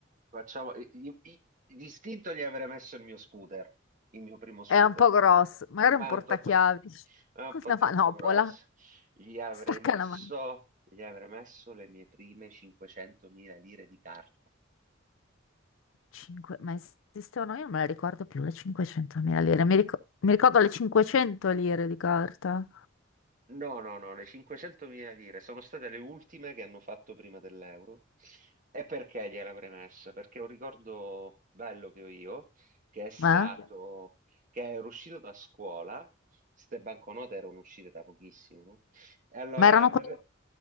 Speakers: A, on the right (about 40°); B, on the left (about 80°).
A: facciamo... i- i- i- D'istinto gli avrei messo il mio scooter, il mio primo scooter,
B: È un po' grosso, magari
A: ma
B: un portachiavi,
A: è un po' troppo,
B: <laughs>
A: è un po'
B: una
A: troppo
B: manopola,
A: grosso. Gli avrei
B: stacca
A: messo,
B: la mano.
A: gli avrei messo le mie prime 500.000 lire di carta.
B: Cinque- ma esistevano? Io non me la ricordo più, le 500.000 lire. Mi, ric- mi ricordo le 500 lire di carta.
A: No, no, no, le 500.000 lire sono state le ultime che hanno fatto prima dell'euro. E perché gliela avrei messa? Perché è un ricordo bello che ho io, che è stato,
B: Ma,
A: che ero uscito da scuola, queste banconote erano uscite da pochissimo, no? E allora
B: ma erano
A: mi
B: quelle...
A: ave-